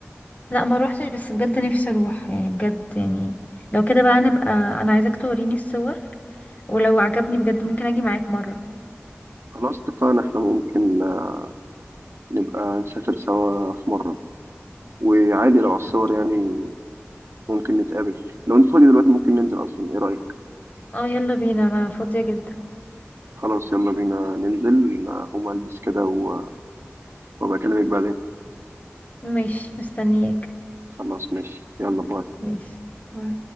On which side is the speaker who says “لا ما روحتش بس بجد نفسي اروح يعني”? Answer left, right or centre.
Left